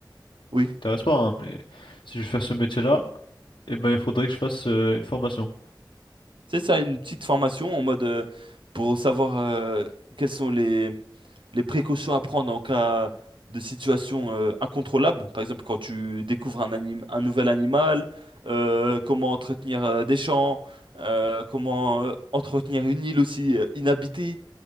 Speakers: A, on the right (about 80°); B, on the left (about 70°).
A: Oui,
B: ça t'intéresse pas, hein, mais si je veux faire ce métier-là. Eh ben, il faudrait que je fasse euh, une formation.
A: c'est ça, une petite formation en mode euh, pour savoir euh, quels sont les les précautions à prendre en cas de situation euh, incontrôlable, par exemple quand tu découvres un anim- un nouvel animal, euh, comment entretenir euh, des champs, euh, comment euh, entretenir une île aussi euh, inhabitée.